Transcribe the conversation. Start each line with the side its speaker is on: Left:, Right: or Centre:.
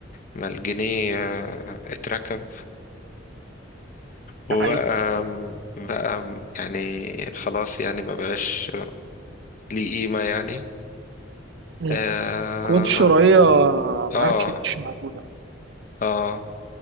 Left: ما الجنيه آه، اتركب وبقى
Right: ده حقيقي
Left: بقى يعني خلاص يعني ما بقاش ليه قيمة يعني
Right: مم.
Left: اه
Right: القوات الشرعيه
Left: اه
Right: ما عادش مش موجوده
Left: آه.